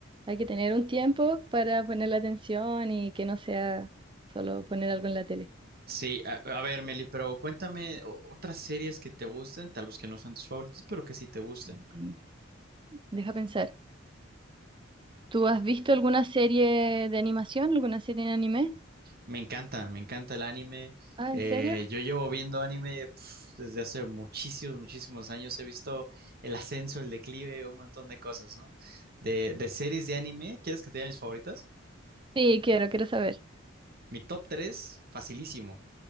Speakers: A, on the right (about 25°); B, on the right (about 50°).
A: hay que tener un tiempo para poner la atención y que no sea solo poner algo en la tele.
B: Sí, a, a ver, Meli, pero cuéntame o- otras series que te gusten, tal vez que no sean tus favoritas, pero que sí te gusten.
A: Mm. Deja pensar. ¿Tú has visto alguna serie de animación, alguna serie en anime?
B: Me encanta, me encanta el anime.
A: Ah,
B: Eh,
A: ¿en serio?
B: yo llevo viendo anime pf, desde hace muchísimos, muchísimos años. He visto el ascenso, el declive, un montón de cosas, ¿no? De, de series de anime, ¿quieres que te diga mis favoritas?
A: Sí, quiero, quiero saber.
B: Mi top 3, facilísimo.